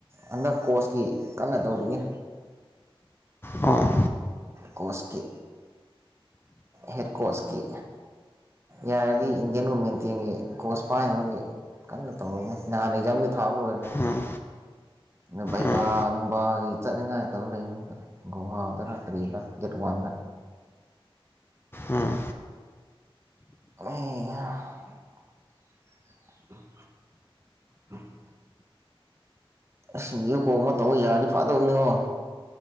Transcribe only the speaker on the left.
ꯑꯣ
ꯎꯝ
ꯎꯝ
ꯎꯝ ꯎꯝ